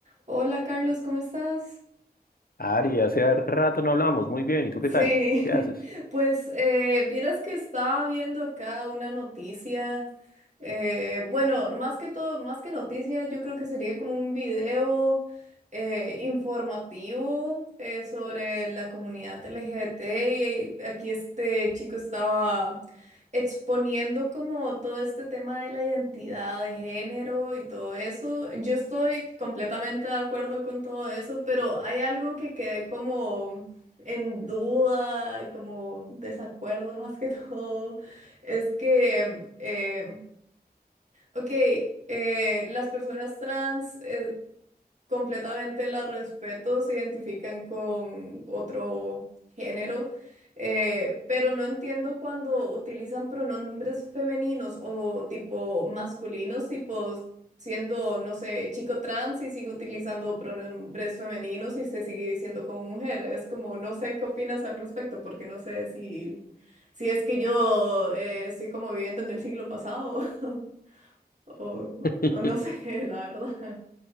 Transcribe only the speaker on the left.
Ari, hace rato no hablamos. Muy bien, ¿y tú qué
tal? ¿Qué
haces?
<laughs>